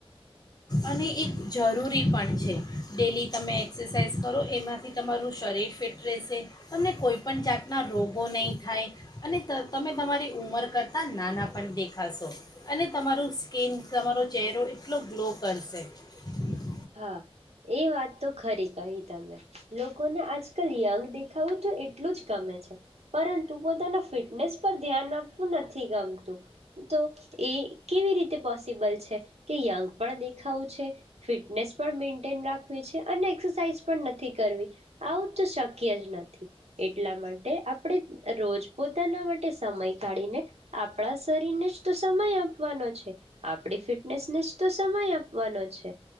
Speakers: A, on the left; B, on the right.
A: અને એક જરૂરી પણ છે ડેલી તમે એક્સરસાઇઝ કરો એમાંથી તમારું શરીર ફિટ રહેશે તમને કોઈપણ જાતના રોગો નહીં થાય અને ત તમે તમારી ઉંમર કરતાં નાના પણ દેખાશો અને તમારું સ્કીન તમારો ચહેરો એટલો ગ્લો પડશેે.
B: હા. એ વાત તો ખરી કહી તમે. લોકોને આજકાલ યંગ દેખાવું તો એટલું જ ગમે છે, પરંતુ પોતાના ફિટનેસ પર ધ્યાન આપવું નથી ગમતું, તો એ કેવી રીતે પોસિબલ છે કે, યંગ પણ દેખાવું છે ફિટનેસ પણ મેન્ટેન રાખવી છે, અને એક્સરસાઇઝ પણ નથી કરવી. આવું તો શક્ય જ નથી એટલા માટે આપણે અહ રોજ પોતાના માટે સમય કાઢીને આપણા શરીરને જ તો સમય આપવાનો છે. આપણી ફિટનેસને જ તો સમય આપવાનો છે.